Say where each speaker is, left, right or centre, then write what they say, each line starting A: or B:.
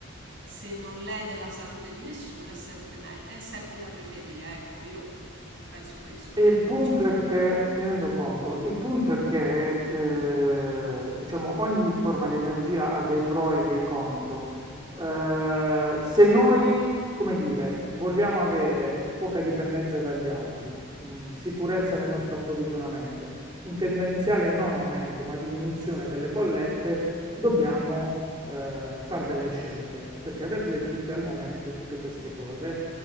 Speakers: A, on the right; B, on the right.
A: se non l'è della salute di nessuno, è sempre, me- è sempre da preferire. Ecco, io penso questo,
B: E il punto
A: diciamo.
B: è che, mi rendo conto, il punto è che eh, diciamo, ogni forma di energia ha dei pro e dei contro. Eh, se noi, come dire, vogliamo avere poca dipendenza dagli altri, mh, sicurezza nel nostro approvvigionamento, un tendenziale non aumento ma diminuzione delle bollette, dobbiamo eh, fare delle scelte, perché averle tutte al momento, tutte queste cose,